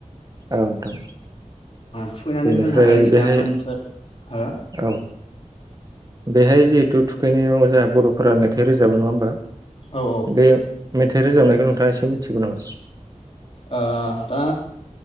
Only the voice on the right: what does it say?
औ नोंथां
बेनिफ्राय
बेहाय
औ बेहाय जिहेथु थुखैनायाव जोंहा बर'फोरा मेथाइ रोजाबो नङा होमबा?
बे मेथाइ रोजाबनायखौ नोंथाङा एसे मिथिगौ नङा?